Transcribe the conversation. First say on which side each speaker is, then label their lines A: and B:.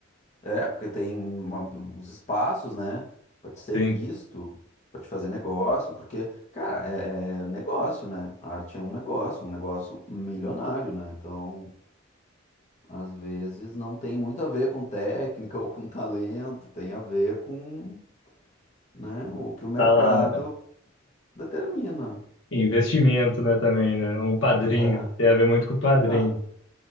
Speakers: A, on the left (about 35°); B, on the left (about 70°).
A: É, porque tem uma- os espaços, né? Pra te ser
B: Sim,
A: visto, pra te fazer negócio, porque, cara, é é negócio, né? A arte é um negócio, um negócio milionário, né? Então, às vezes não tem muito a ver com técnica <laughs> ou com talento, tem a ver com, né, o que o mercado
B: tá lá, né?
A: determina.
B: Investimento, né, também, né? Um padrinho,
A: É,
B: tem a ver muito com o padrinho.
A: exato,